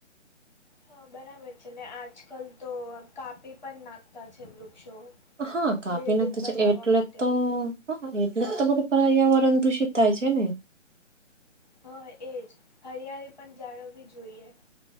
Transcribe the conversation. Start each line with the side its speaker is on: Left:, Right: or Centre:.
Left: હ બરાબર છે ને આજકાલ તો કાપી પણ નાખતા છે વૃક્ષો.
Right: હા કાપી
Left: બિલ્ડિંગ
Right: નાક્તી
Left: બનાવવા
Right: છે એટલે
Left: માટે
Right: તો હા એટલે તમારું પર્યાવરણ દૂષિત થાય છે ને.
Left: હા એજ, હરિયાળી પણ જાળવવી જોઈએ.